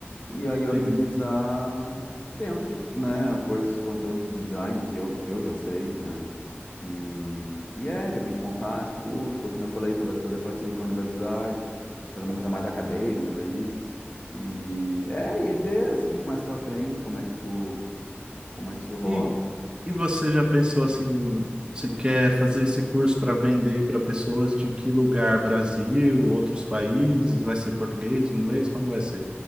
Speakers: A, on the left (about 35°); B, on the right (about 20°).
A: E aí organizar
B: Sim.
A: dentro de, né, coisas, conteúdos de design que eu, que eu já sei, né? E, e é, de repente montar esse curso, ou como eu falei, talvez fazer parceria com a universidade, fazer uma coisa mais acadêmica daí. E é, e ver assim, mais pra frente, como é que isso, como é que isso rola.
B: E, e você já pensou assim, você quer fazer esse curso para vender para pessoas de que lugar? Brasil, outros países? Vai ser português, inglês? Como vai ser?